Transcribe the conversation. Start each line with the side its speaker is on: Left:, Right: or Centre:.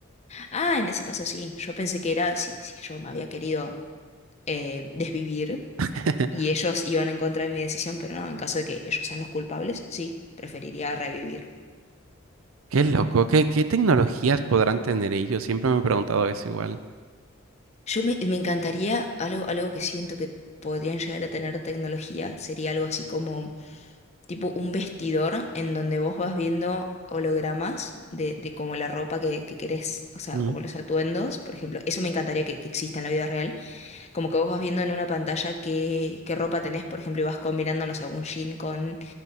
Left: Ah, en ese caso sí, yo pensé que era si si yo me había querido eh, desvivir
Right: <laughs>
Left: y ellos iban en contra de mi decisión, pero no, en caso de que ellos sean los culpables, sí, preferiría revivir.
Right: Qué loco, ¿qué, qué tecnologías podrán tener ellos? Siempre me he preguntado eso igual.
Left: Yo me, me encantaría algo, algo que siento que podrían llegar a tener tecnología, sería algo así como tipo un vestidor en donde vos vas viendo hologramas de, de como la ropa que, que querés, o sea,
Right: Mm.
Left: como los atuendos, por ejemplo. Eso me encantaría que, que exista en la vida real. Como que vos vas viendo en una pantalla qué, qué ropa tenés, por ejemplo, y vas combinando, no sé, un jean con,